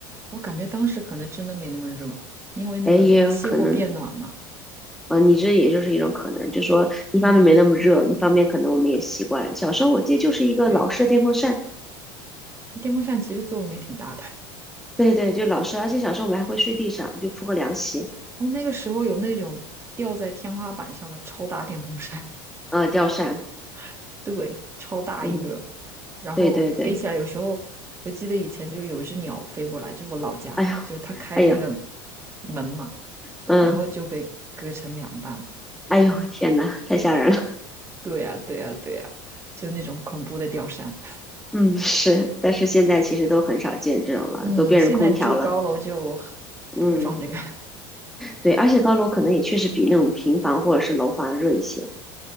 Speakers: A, on the right; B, in the centre.
A: 我感觉当时可能真的没那么热，因为那个气候变暖嘛。
B: 哎，也有可能。嗯、呃你这也就是一种可能，就说一方面没那么热，
A: 嗯，
B: 一方面可能我们也习惯。小时候我记得就是一个老式的电风扇，
A: 对，电风扇其实作用也挺大的。<laughs>
B: 对对，就老式，而且小时候我们还会睡地上，就铺个凉席，
A: 哦，那个时候有那种吊在天花板上的超大电风扇，
B: 啊、吊扇，
A: <laughs> 对，超大一个，
B: 嗯，
A: 然后飞起来。
B: 对对对，
A: 有时候我记得以前就有一只鸟飞过来，就是我老家，
B: 哎呦，
A: 就是它开着那个
B: 哎呦，
A: 门嘛，
B: 嗯，
A: 然后就被割成两半。
B: 哎呦，天呐，太吓人了，
A: 对呀，对呀，对呀，就那种恐怖的吊扇。
B: <laughs> 嗯，是，但是现在其实都很少见这种了，
A: 嗯，
B: 都变成空调了，
A: 现在你住高楼就
B: 嗯，
A: 不会装这个。
B: 对，而且高楼可能也确实比那种平房或者是楼房热一些，